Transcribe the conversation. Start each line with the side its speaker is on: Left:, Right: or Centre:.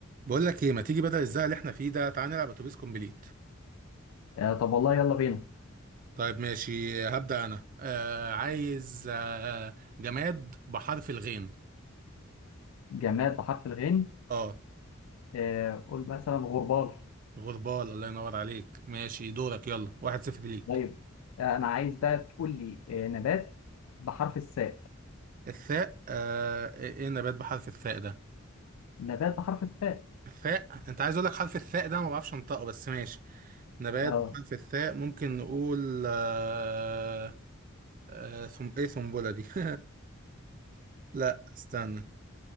Right: بقول لك ايه ما تيجي بدل الزق اللي احنا فيه ده تعالى نلعب اتوبيس كومبليت
Left: آه طب والله يلا بينا
Right: طيب ماشي هبدأ انا آه عايز آه جماد بحرف الغين
Left: جماد بحرف الغين
Right: اه
Left: آه قول مثلا غربال
Right: غربال الله ينور عليك ماشي دورك يلا واحد صفر ليك
Left: طيب آه انا عايز بقى تقول لي آه نبات بحرف الساء
Right: الثاء آه ايه إيه النبات بحرف الثاء ده
Left: نبات بحرف الساء
Right: الثاء انت عايز اقول لك حرف الثاء ده ما بعرفش انطقه بس ماشي نبات
Left: اه
Right: بحرف الثاء ممكن نقول آه آه ثم ايه ثنبله دي <laughs> لا استنى